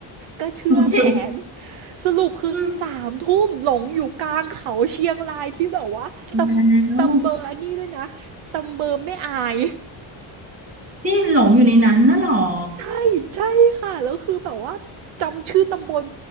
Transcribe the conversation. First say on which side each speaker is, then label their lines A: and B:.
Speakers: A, on the right; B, on the right.
A: ก็เชื่อแผน
B: โอเค
A: สรุปคือสามทุ่มหลงอยู่กลางเขาเชียงรายที่แบบว่าตำตำเบอร์อันนี้ด้วยนะตำเบอร์ไม่อาย
B: อืมแล้วที่หลงอยู่ในนั้นน่ะเหรอ
A: ใช่ใช่ค่ะแล้วคือแบบว่าจำชื่อตำบล